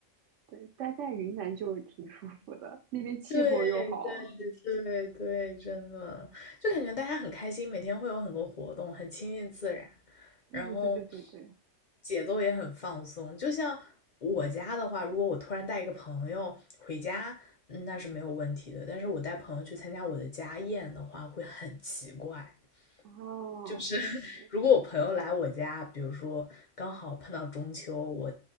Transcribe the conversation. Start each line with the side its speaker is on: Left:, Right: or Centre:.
Right: 对待在云南就挺舒服的，那边气候又好，
Left: 对对对对，真的，就感觉大家很开心，每天会有很多活动，很亲近自然，
Right: 对对对对对对，
Left: 然后节奏也很放松。就像我家的话，如果我突然带一个朋友回家，嗯那是没有问题的。但是我带朋友去参加我的家宴的话，会很奇怪，
Right: 哦，
Left: 就是
Right: 确实，
Left: 如果我朋友来我家，比如说刚好碰到中秋，我